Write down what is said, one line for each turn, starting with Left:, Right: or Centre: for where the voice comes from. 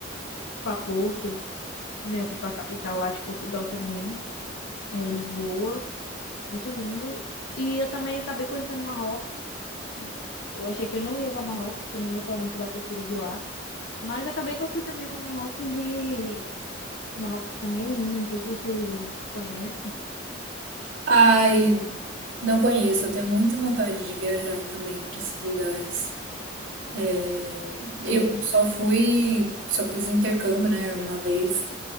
Left: para Porto, né? Eu fui para a capital lá de Portugal também, é, Lisboa, muito lindo. E eu também acabei conhecendo Marrocos. Eu achei que eu não ia para Marrocos, que eu não gostava muito da cultura de lá. Mas acabei que eu fui também para Marrocos e Marrocos também é lindo, não sei se você conhece.
Right: Ai, não conheço. Eu tenho muita vontade de viajar também para esses lugares. É, eu
Left: Sim.
Right: só fui, só fiz o intercâmbio, né, uma vez